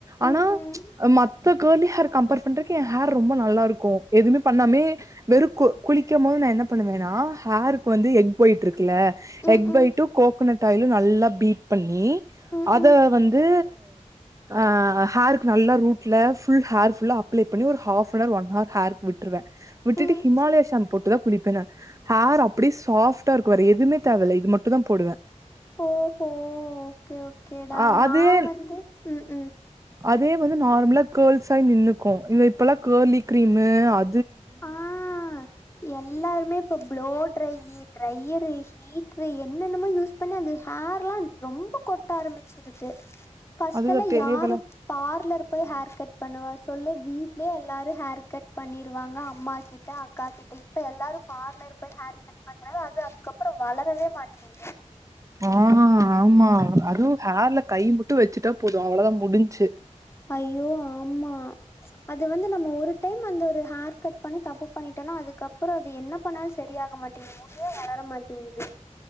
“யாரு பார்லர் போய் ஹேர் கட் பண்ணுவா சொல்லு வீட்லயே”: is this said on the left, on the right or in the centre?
Left